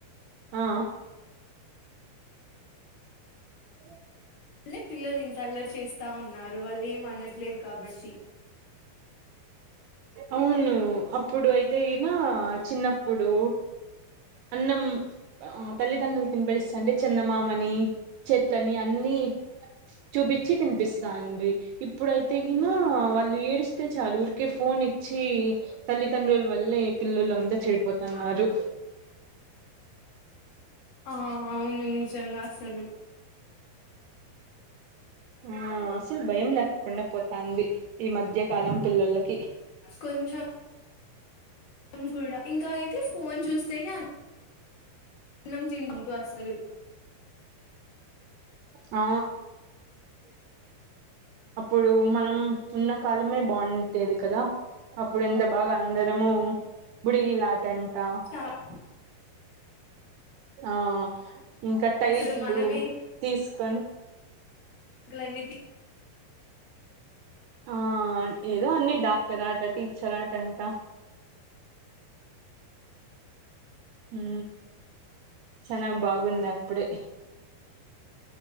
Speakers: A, on the right (about 80°); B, on the left (about 60°).
A: ఆ హలో
B: లె పిల్లలు ఇంత అల్లరు చేస్తా ఉన్నారు. వాళ్ళు ఏం అనట్లేదు కాబట్టి
A: అవును అప్పుడు అయితే ఈనా చిన్నప్పుడు అన్నం బహప్ తల్లిదండ్రులు తినపడిస్తా అంటే చిన్నమామని, చెట్లని అన్ని చూపించి తినిపిస్తాండ్రి ఇప్పుడైతే తెగినా వాళ్ళు ఏడిస్తే చాలు ఊరికే ఫోన్ ఇచ్చి తల్లిదండ్రుల వల్లే పిల్లలంతా చెడిపోతున్నారు
B: ఆహ అవును నిజంగా అసలు
A: ఆ అసలు భయం లేక్కకుండా పోతంది ఈ మధ్యకాలం పిల్లలకి
B: కొంచం మ్ కూడా ఇంకా అయితే ఫోన్ చూస్తేనే అ అన్నం తింటూ వస్సరు
A: ఆ
B: వెళ్లకు
A: అప్పుడు మనం ఉన్న కాలమే బా ఉ టేది కదా అప్పుడు ఎంత బాగా అందరము బుడిగిలా టంటా
B: చాలా
A: ఆ ఇంకా టైర్లు
B: అసలు మనమే
A: తీసుకొని
B: క్లణితి
A: ఆ ఏదో అన్ని డాక్టర్ ఆట, టీచర్ ఆట డంటా ఉ చానా బాగుంది అప్పుడే